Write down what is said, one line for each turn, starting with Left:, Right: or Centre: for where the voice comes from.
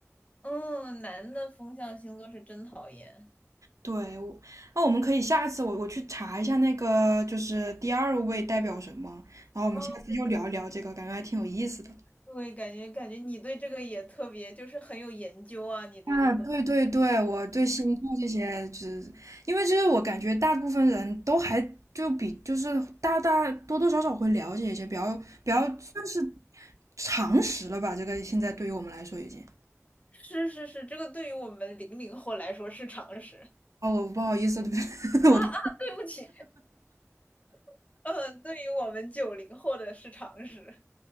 Left: 嗯，男的风象星座是真讨厌。
Right: 对，我那我们可以下次我我去查一下那个就是第二位代表什么，然后我们下次又聊一聊这个，
Left: 哦，对对，
Right: 感觉还挺有意思的。
Left: 对感觉感觉你对这个也特别，就是很有研究啊，你对这个。
Right: 啊，对对对，我对星座这些，就是因为就是我感觉大部分人都还就比就是大大多多少少会了解一些，比较比较算是常识了吧。这个现在对于我们来说已经，
Left: 是是是，这个对于我们零零后来说是常识，
Right: 哦，我不好意思，<laughs>
Left: 啊啊，
Right: 我的
Left: 对不起，<laughs> 嗯，对于我们九零后的是常识。